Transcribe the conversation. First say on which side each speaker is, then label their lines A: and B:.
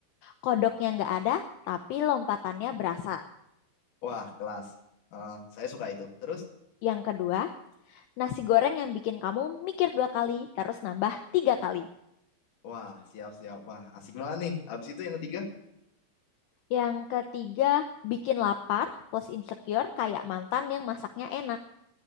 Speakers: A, on the left (about 75°); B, on the left (about 45°).
A: kodoknya nggak ada, tapi lompatannya berasa.
B: Wah, kelas. Eh, saya suka itu. Terus,
A: Yang kedua, nasi goreng yang bikin kamu mikir dua kali, terus nambah tiga kali.
B: wah, siap-siap. Wah, asik banget nih. Habis itu yang ketiga
A: Yang ketiga, bikin lapar plus insecure kayak mantan yang masaknya enak.